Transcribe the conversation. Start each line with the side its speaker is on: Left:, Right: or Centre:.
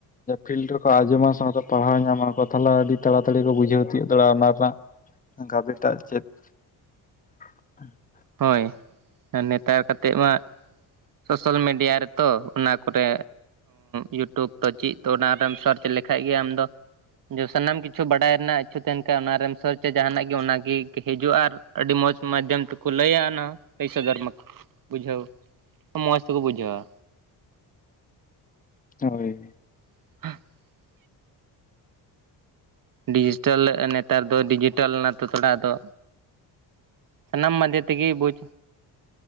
Left: ᱯᱷᱤᱞᱰ ᱨᱮᱠᱚ ᱟᱸᱡᱚᱢᱟ ᱥᱟᱶᱛᱮ ᱯᱟᱲᱦᱟᱣ ᱧᱟᱢᱟ ᱠᱚ ᱛᱟᱦᱚᱞᱮ ᱟᱹᱰᱤ ᱛᱟᱲᱟᱛᱟᱲᱤ ᱠᱚ ᱵᱩᱡᱷᱟᱹᱣ ᱛᱤᱭᱳᱜ ᱫᱟᱲᱮᱭᱟᱜᱼᱟ ᱚᱱᱟ ᱨᱮᱱᱟᱜ᱾ ᱜᱟᱵᱮ ᱴᱟᱜ ᱪᱮᱫ? <inaudible>
Right: ᱦᱚᱭ ᱟᱨ ᱱᱮᱛᱟᱨ ᱠᱟᱛᱮᱫ ᱢᱟ ᱥᱚᱥᱟᱞ ᱢᱤᱰᱤᱭᱟ ᱨᱮᱛᱚ ᱚᱱᱟ ᱠᱚᱨᱮ ᱤᱭᱩᱴᱩᱵᱽ ᱛᱚ ᱪᱮᱫ ᱛᱚ ᱚᱱᱟᱨᱮᱢ ᱥᱟᱨᱪ ᱞᱮᱠᱷᱟᱡ ᱜᱮ ᱟᱢᱫᱚ ᱡᱮ ᱥᱟᱱᱟᱢ ᱠᱤᱪᱷᱩ ᱵᱟᱰᱟᱭ ᱨᱮᱱᱟᱜ ᱤᱪᱪᱷᱩ ᱛᱟᱦᱮᱱ ᱠᱷᱟᱡ ᱚᱱᱟᱨᱮᱢ ᱥᱟᱨᱪᱟ ᱡᱟᱦᱟᱱᱟᱜ ᱜᱮ ᱚᱱᱟᱜᱮ ᱦᱤᱡᱩᱜᱼᱟ ᱟᱨ ᱟᱹᱰᱤ ᱢᱚᱸᱡᱽ ᱢᱟᱫᱽᱫᱷᱚᱢ ᱛᱮ ᱠᱚ ᱞᱟᱹᱭᱟ ᱚᱱᱟ ᱞᱟᱹᱭ ᱥᱚᱫᱚᱨ ᱢᱟᱠᱚ ᱵᱩᱡᱷᱟᱹᱣ ᱢᱚᱸᱡᱽ ᱛᱮᱠᱚ ᱵᱩᱡᱷᱟᱹᱣᱟ᱾
Left: ᱦᱟᱭ᱾
Right: <inaudible> ᱰᱤᱡᱤᱴᱮᱞ ᱱᱮᱛᱟᱨ ᱫᱚ ᱰᱤᱡᱤᱴᱮᱞ ᱱᱟᱛᱚ ᱛᱷᱚᱲᱟ ᱟᱫᱚ ᱥᱟᱱᱟᱢ ᱢᱟᱫᱷᱮ ᱛᱮᱜᱮ ᱵᱩᱡᱽ